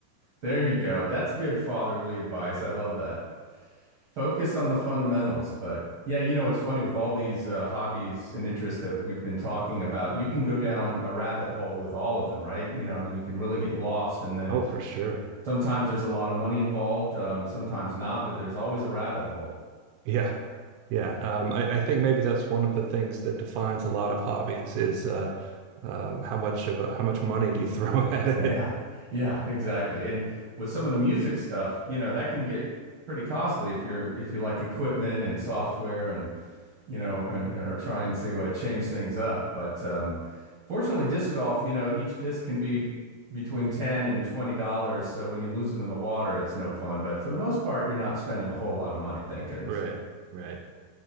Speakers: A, on the right (about 60°); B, on the right (about 80°).
A: There you go. That's good fatherly advice. I love that. Focus on the fundamentals. But yeah, you know, it's funny with all these uh, hobbies and interests that we've been talking about, you can go down a rabbit hole with all of them, right? You know, I mean, you can really get lost. And then
B: Oh, for sure.
A: sometimes there's a lot of money involved, um, sometimes not, but there's always a rabbit hole. <laughs>
B: Yeah, yeah. Um, I, I think maybe that's one of the things that defines a lot of hobbies is uh, um, how much of a, how much money do you throw <laughs> at it?
A: Yeah. Yeah, exactly. And with some of the music stuff, you know, that can get pretty costly if you're, if you like equipment and software and, you know, and, and are trying to uh, change things up. But um, fortunately, disc golf, you know, each disc can be between 10 and $20. So when you lose them in the water, it's no fun. But for the most part, you're not spending a whole lot of money, thank goodness.
B: Right, right.